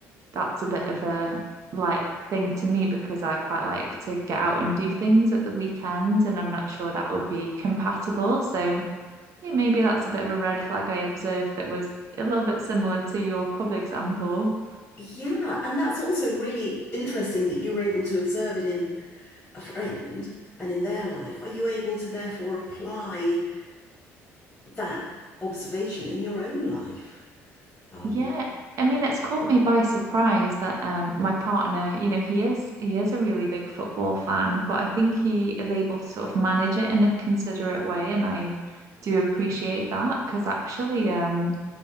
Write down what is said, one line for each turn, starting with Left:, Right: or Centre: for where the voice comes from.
Right: that's a bit of a like thing to me because I quite like to get out and do things at the weekend, and I'm not sure that would be compatible. So I think maybe that's a bit of a red flag I observed that was a little bit similar to your pub example.
Left: Yeah, and that's also really interesting that you were able to observe it in a friend and in their life. Are you able to therefore apply that observation in your own life? Um,
Right: Yeah, I mean it's caught me by surprise that um my partner, you know, he is he is a really big football fan, but I think he is able to sort of manage it in a considerate way, and I do appreciate that because actually um